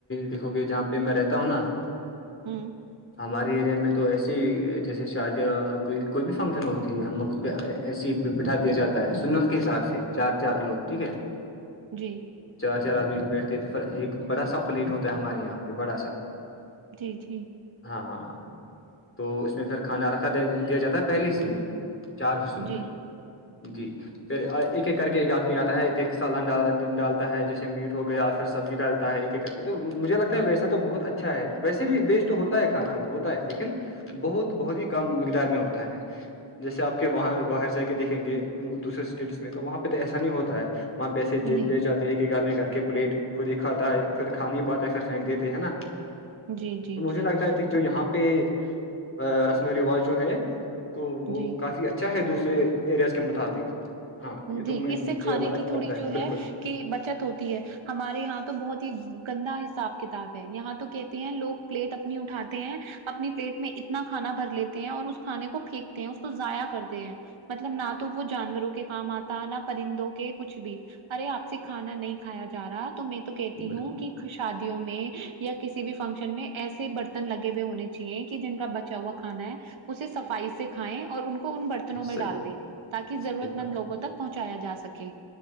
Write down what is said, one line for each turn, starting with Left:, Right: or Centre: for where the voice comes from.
Left: دیکھو گے جہاں پہ میں رہتا ہوں نا
Right: ہوں
Left: ہمارے ایریا میں تو ایسی جیسے شادی کوئی کوئی بھی فنکشن ہوتی ہے ہم لوگ کو کہ ایسی ہی بٹھا دیا جاتا ہے سنت کے حساب سے چار چار لوگ ٹھیک ہے
Right: جی
Left: چار چار آدمی بیٹھتے تو پھر ایک بڑا سا پلیٹ ہوتا ہے ہمارے یہاں پہ بڑا سا
Right: جی جی
Left: ہاں ہاں تو اس میں پھر کھانا رکھا دیا جاتا ہے پہلے سے ہی چار حصو
Right: جی
Left: میں جی پھر ایک ایک کر کے ایک آدمی آتا ہے ایک ایک سالنال ڈالتا ہے جس میٹ ہو گیا پھر سبزی ڈالتا ہے یہ کرتے تو مجھے لگتا ہے ویسا تو بہت اچھا ہے ویسے بھی ویسٹ تو ہوتا ہے کھانا وہ ہوتا ہے لیکن بہت بہت ہی کم مقدار میں ہوتا ہے جیسے آپ کے وہاں باہر جا کے دیکھیں گے دوسرے اسٹیٹس میں تو وہاں پہ تو ایسا نہیں ہوتا ہے وہاں پیسے
Right: نہیں
Left: لے جاتے ایک ایک آدمی کر کے پلیٹ خود ہی کھاتا ہے پھر کھا نہیں پاتا ہے پھر پھینک دیتے ہے نا
Right: جی جی
Left: تو مجھے
Right: جی
Left: لگتا ہے کہ
Right: ہاں،
Left: جو یہاں پہ پہ رسم و رواج جو ہے تو وہ
Right: جی
Left: کافی اچھا چاہے دوسرے ایریاز کے مطابق ہاں یہ تو
Right: جی
Left: میں
Right: اس
Left: مجھے
Right: سے کھانے
Left: اچھا
Right: کی تھوڑی
Left: لگتا
Right: جو
Left: بالکل
Right: ہے کہ بچت ہوتی ہے ہمارے یہاں تو بہت ہی گندا حساب کتاب ہے یہاں تو کہتے ہیں لوگ پلیٹ اپنی اٹاتے ہیں اپنی پلیٹ میں اتنا کھانا بھر لیتے ہیں اور اس کھانے کو پھینک اس کو ضائع کرتے ہیں مطلب نہ تو وہ جانوروں کے کام آتا نہ پرندوں کے کچھ بھی ارے آپ سے کھانا نہیں کھایا جا رہا تو میں تو کہتی
Left: بالکل
Right: ہوں کہ شادیوں میں یا کسی بھی فنکشن میں ایسے برتن لگے ہوئے ہونے چاہیے کہ جن کا بچا ہوا کھانا ہے اسے سفائی سے کھائےیں اور ان کو ان برتنوں میں
Left: صحیح
Right: ڈال
Left: بات
Right: دیں تاکہ
Left: ہے
Right: ضرورت
Left: صحیح
Right: مند
Left: بات
Right: لوگوں تک پہنچایا جا سکے